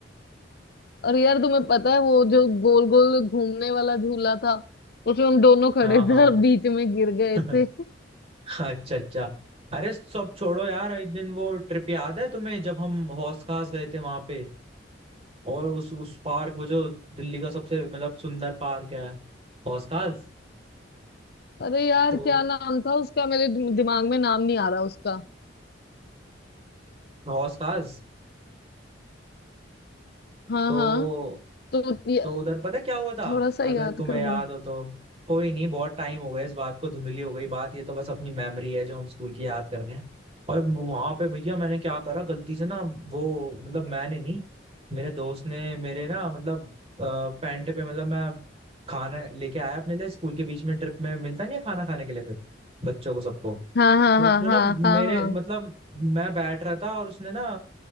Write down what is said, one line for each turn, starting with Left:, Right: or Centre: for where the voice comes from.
Left: और यार तुम्हें पता है वो जो गोल गोल घूमने वाला झूला था उसमें हम दोनों खड़े
Right: हाँ हाँ
Left: थे और बीच में गिर गए
Right: <laughs>
Left: थे
Right: अच्छा अच्छा अरे सब छोड़ो यार एक दिन वो ट्रिप याद है तुम्हें जब हम हौस खास गए थे वहां पे और उस उस पार्क वो जो दिल्ली का सबसे मतलब सुंदर पार्क है हौस खास
Left: अरे यार
Right: तो
Left: क्या नाम था उसका मेरे दिम- दिमाग में नाम नहीं आ रहा उसका
Right: हौस खास
Left: हाँ
Right: तो
Left: हाँ तो ये-
Right: तो उधर पता है क्या हुआ था
Left: थोड़ा सा
Right: अगर
Left: याद
Right: तुम्हें
Left: करवा
Right: याद हो तो कोई नहीं बहुत टाइम हो गया इस बात को धुंधली हो गई बात ये तो बस अपनी मेमोरी है जो हम स्कूल की याद कर रहे हैं और वहां पे भैया मैंने क्या करा गलती से ना वो मतलब मैंने नहीं मेरे दोस्त ने मेरे ना मतलब पैंट पे मतलब मैं खाना लेके आया अपने लिए स्कूल के बीच में ट्रिप में मिलता नहीं है खाना खाने के लिए फिर बच्चों को सबको
Left: हाँ हाँ
Right: तो
Left: हाँ
Right: उसने
Left: हाँ
Right: ना
Left: हाँ
Right: मेरे
Left: हाँ
Right: मतलब मैं बैठ रहा था और उसने ना